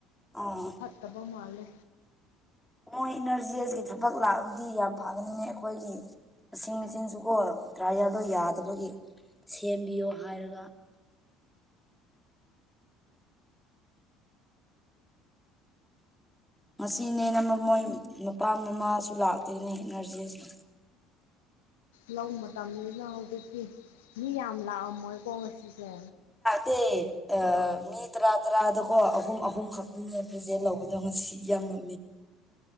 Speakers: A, in the centre; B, on the left.
A: ꯑꯥ
B: ꯐꯠꯇꯕ ꯃꯥꯜꯂꯦ
A: ꯃꯣꯏ ꯏꯅꯔꯖꯤꯁꯀꯤ ꯊꯕꯛ ꯂꯥꯛꯑꯕꯗꯤ ꯌꯥꯝ ꯐꯒꯅꯤꯉꯦ ꯑꯩꯈꯣꯏꯒꯤ ꯏꯁꯤꯡ ꯃꯆꯤꯟꯁꯨꯀꯣ ꯗ꯭ꯔꯥ ꯌꯥꯗ ꯌꯥꯗꯕꯒꯤ ꯁꯦꯝꯕꯤꯌꯣ ꯍꯥꯏꯔꯒ ꯉꯁꯤꯅꯦꯅ ꯃ ꯃꯣꯏ ꯃꯄꯥ ꯃꯃꯥꯁꯨ ꯂꯥꯛꯇꯣꯏꯅꯦ ꯅꯔꯖꯤ ꯑꯁꯤ
B: ꯂꯧꯕ ꯃꯇꯝꯅ ꯍꯧꯖꯤꯛꯇꯤ ꯃꯤ ꯌꯥꯝ ꯂꯥꯛꯑꯝꯃꯣꯏꯀꯣ ꯉꯁꯤꯁꯦ
A: ꯦ ꯃꯤ ꯇꯔꯥ ꯇꯔꯥꯗꯀꯣ ꯑꯍꯨꯝ ꯑꯍꯨꯝ ꯈꯛꯇꯅꯦ ꯄ꯭ꯔꯖꯦꯟ ꯂꯧꯕꯗꯣ ꯉꯁꯤ ꯌꯥꯝ ꯑ